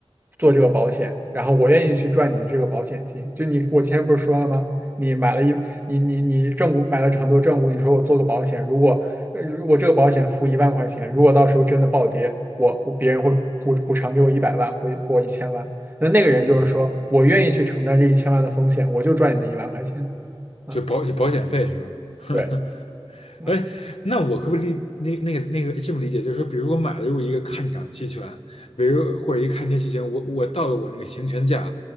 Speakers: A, on the right (about 20°); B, on the left (about 75°).
A: 做这个保险，然后我愿意去赚你的这个保险金。就你，我前面不是说了吗？你买了一，你你你正股买了很多正股，你说我做个保险，如果呃如果这个保险付一万块钱，如果到时候真的暴跌，我我别人会补补偿给我一百万，会给我一千万。那那个人就是说我愿意去承担这一千万的风险，
B: 嗯，
A: 我就赚你那一万块钱啊，
B: 就保就保险费是吧？<laughs>
A: 对啊，
B: 哎，那我可不可以理那那个那个这么理解，就是说，比如我买入一个看涨期权，比如或者一个看跌期权，我我到了我那个行权价，